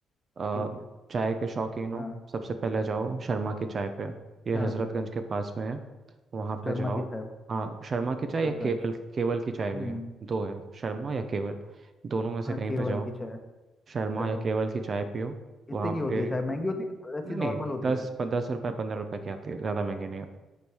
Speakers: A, on the right; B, on the left.
A: अ,
B: ठीक है
A: चाय के शौकीन हो
B: हाँ
A: सबसे पहले जाओ शर्मा की चाय पे ये
B: हाँ
A: हजरतगंज के पास में है वहाँ पे
B: शर्मा
A: जाओ
B: की चाय
A: हाँ शर्मा की चाय
B: हजरतगंज
A: या केवल केवल की चाय भी
B: हम्म
A: है दो है शर्मा या केवल दोनों में से
B: हाँ
A: कहीं
B: केवल
A: पे जाओ
B: की चाय
A: शर्मा
B: चलो
A: या केवल की चाय पियो
B: इतनी
A: वहाँ
B: की होती
A: पे
B: है चाय महंगी होती है तो ऐसी
A: नहीं
B: नॉर्मल
A: नहीं
B: होती
A: दस
B: है
A: दस रुपये पंद्रह रुपये की आती है ज़्यादा महंगी नहीं है